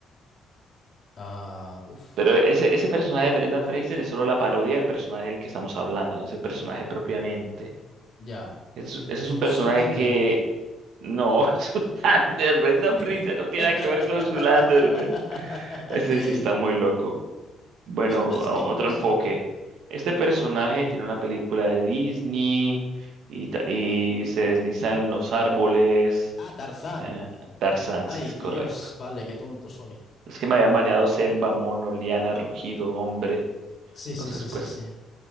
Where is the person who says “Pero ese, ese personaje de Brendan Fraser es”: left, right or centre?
Right